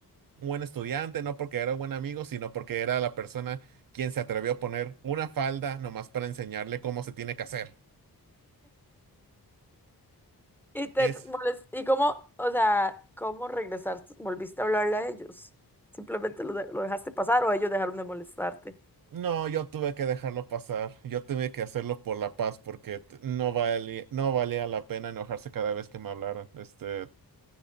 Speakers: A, on the right (about 60°); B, in the centre.
A: un buen estudiante, no porque era buen amigo, sino porque era la persona quien se atrevió a poner una falda nomás para enseñarle cómo se tiene que hacer.
B: Y te
A: Es,
B: molest- ¿Y cómo, o sea, cómo regresar? ¿Volviste a hablarle a ellos? ¿Simplemente lo, de- lo dejaste pasar o ellos dejaron de molestarte?
A: no, yo tuve que dejarlo pasar. Yo tuve que hacerlo por la paz porque t- no valía, no valía la pena enojarse cada vez que me hablaran. Este.